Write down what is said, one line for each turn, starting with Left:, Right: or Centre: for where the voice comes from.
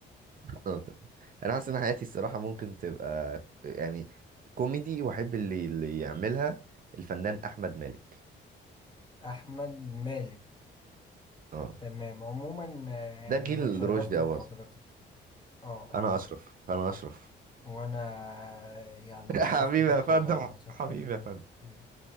Right: اه تمام انا حاسس ان حياتي الصراحه ممكن تبقى يعني كوميدي واحب اللي اللي يعملها الفنان احمد مالك
Left: احمد مالك
Right: اه
Left: تمام عموما آه، يعني
Right: ده جيل
Left: انا اتشرفت
Right: رشدي
Left: بحضرتك
Right: اباظة
Left: اه
Right: انا
Left: اه
Right: اشرف انا اشرف
Left: وانا آه، يعني
Right: <laughs>
Left: اتشرفت
Right: حبيبي
Left: بيك
Right: يا فندم
Left: والله العظيم
Right: حبيبي
Left: حبيبي
Right: يا فندم
Left: حبيبي